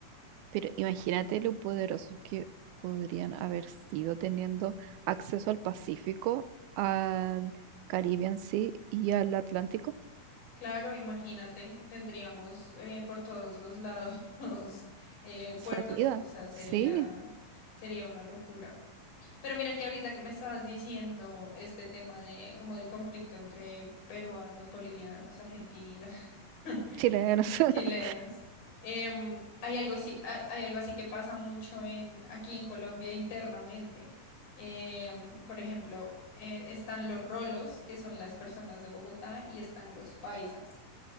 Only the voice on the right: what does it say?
pero imagínate lo poderosos que podrían haber sido teniendo acceso al Pacífico, al Caribe en sí y al Atlántico.
Salida,
sí,
chilenos. <laughs>